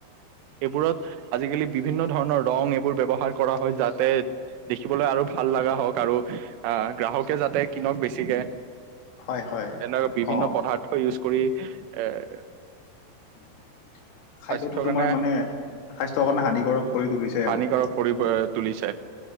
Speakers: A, on the right; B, on the left.
A: এইবোৰত আজিকালি বিভিন্ন ধৰণৰ ৰং এইবোৰ ব্যৱহাৰ কৰা হয় যাতে দেখি আৰু ভাল লগা হওঁক আৰু আহ গ্ৰাহকে যাতে কিনক বেছিকে।
B: হয় হয়
A: তেনে বিভিন্ন
B: অ
A: পদাৰ্থ ইউজ কৰি এৰ
B: <inaudible> খাদ্যটো
A: স্বাস্থ্যৰ
B: তোমাৰ
A: কাৰণে
B: মানে স্বাস্থ্যৰ কাৰণে হানিকাৰক কৰি তুলিছে
A: হানিকাৰক
B: আৰু
A: কৰি প- তুলিছে